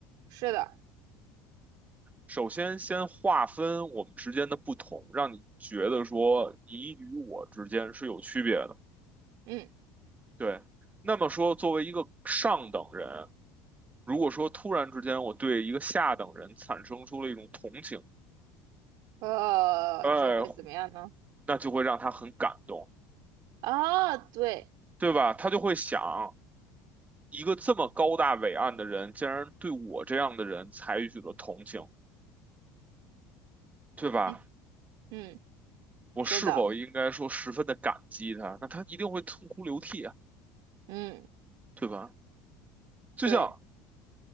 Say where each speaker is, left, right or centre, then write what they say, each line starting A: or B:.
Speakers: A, on the right (about 65°); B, on the right (about 20°).
A: 是的，
B: 首先，先划分我们之间的不同，让你觉得说你与我之间是有区别的。
A: 嗯，
B: 对，那么说，作为一个上等人。如果说突然之间我对一个下等人产生出了一种同情，
A: 呃，
B: 哎，
A: 就会怎么样呢？
B: 那就会让他很感动，
A: 啊，对，
B: 对吧？他就会想，一个这么高大伟岸的人，竟然对我这样的人采取了同情，对吧？
A: 嗯嗯，
B: 我是否应该说十分的感激他？
A: 是的，
B: 那他一定会痛哭流涕啊，
A: 嗯，
B: 对吧？就像
A: 对，